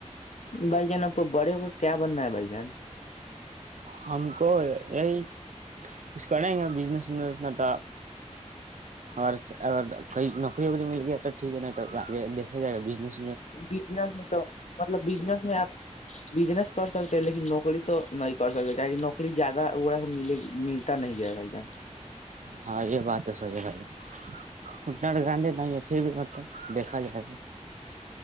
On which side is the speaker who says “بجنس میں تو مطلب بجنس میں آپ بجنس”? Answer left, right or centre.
Left